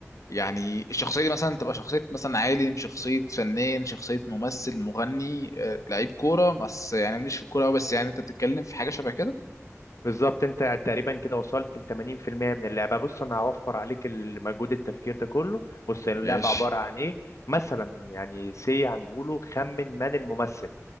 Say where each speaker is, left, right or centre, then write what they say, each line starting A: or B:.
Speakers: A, on the left (about 85°); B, on the left (about 70°).
A: يعني الشخصية دي مثلا تبقى شخصية مثلا عالم شخصية فنان شخصية ممثل مغني آه، لعيب كورة بس يعني مش في الكورة أوي بس يعني أنت بتتكلم في حاجة شبه كده
B: بالظبط انت تقريبا كده وصلت ل 80% من اللعبه بص انا هوفر عليك المجهود التفكير ده كله بص اللعبه
A: ماشي
B: عباره عن ايه مثلا يعني سي هنقوله خمن من الممثل